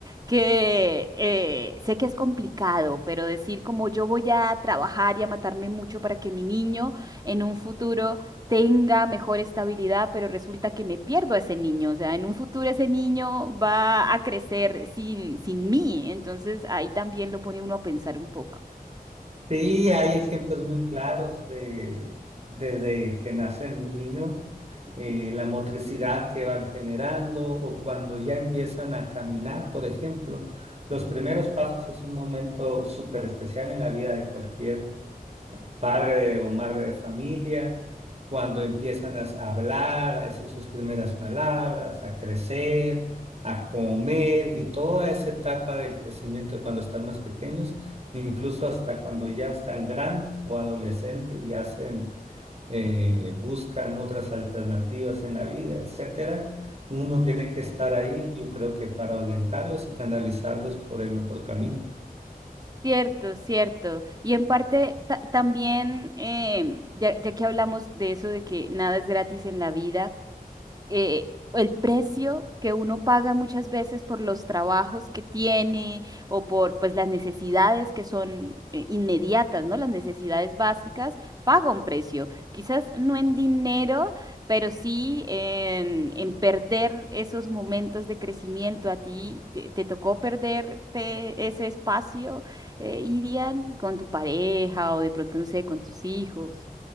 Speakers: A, on the right; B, on the right.
A: que eh, sé que es complicado, pero decir como yo voy a trabajar y a matarme mucho para que mi niño en un futuro tenga mejor estabilidad, pero resulta que me pierdo a ese niño, o sea, en un futuro ese niño va a crecer sin, sin mí, entonces ahí también lo pone uno a pensar un poco.
B: Sí, hay ejemplos muy claros de, desde que nacen un niño,
A: Ujú.
B: eh, la motricidad que van generando o cuando ya empiezan a caminar, por ejemplo. Los primeros pasos es un momento súper especial en la vida de cualquier padre o madre de familia, cuando empiezan a hablar, a decir sus primeras palabras, a crecer, a comer y toda esa etapa del crecimiento cuando están más pequeños, incluso hasta cuando ya están grandes o adolescentes y hacen, eh, buscan otras alternativas en la vida, etcétera. Uno tiene que estar ahí, yo creo que para orientarlos y canalizarlos por el mejor camino.
A: Cierto, cierto. Y en parte ta- también, em, ya, ya que hablamos de eso, de que nada es gratis en la vida, eh, el precio que uno paga muchas veces por los trabajos que tiene o por pues las necesidades que son eh, inmediatas, ¿no? Las necesidades básicas, paga un precio. Quizás no en dinero, pero sí en, en perder esos momentos de crecimiento. ¿A ti te, te tocó perderte ese espacio, eh, Irian, con tu pareja o de pronto, no sé, con tus hijos?